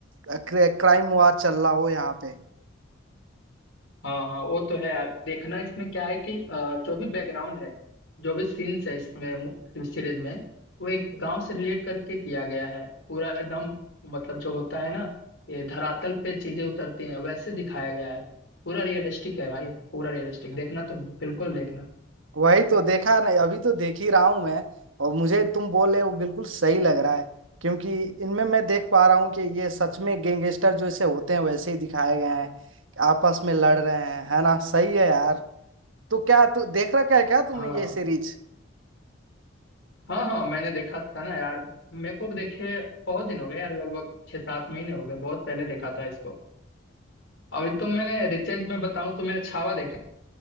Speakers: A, on the right (about 85°); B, on the left (about 75°).
A: क्राइम वार चल रहा हो यहाँ पे
B: हाँ हाँ वो तो है यार देखना इसमें क्या है कि अ, जो भी बैकग्राउंड है जो भी सीन्स है इसमें सीरीज में वो एक गांव से रिलेट करके किया गया है पूरा एकदम मतलब जो होता है ना ये धरातल पे चीजें उतरती हैं वैसे दिखाया गया है पूरा रियलिस्टिक है भाई पूरा रियलिस्टिक देखना तुम बिल्कुल देखना
A: वही तो देखा नहीं अभी तो देख ही रहा हूँ मैं और मुझे तुम बोले वो बिल्कुल सही लग रहा है क्योंकि इनमें मैं देख पा रहा हूँ कि ये सच में गैंगस्टर जैसे होते हैं वैसे ही दिखाए गए हैं आपस में लड़ रहे हैं है ना सही है यार तो क्या तू देख रखा है क्या तुमने
B: हाँ
A: ये सीरीज
B: हाँ हाँ मैंने देखा था ना यार मेरे को भी देखे बहुत दिन हो गए यार लगभग छह सात महीने हो गए बहुत पहले देखा था इसको अभी तो मैंने रिसेंट में बताऊं तो मैंने छावा देखा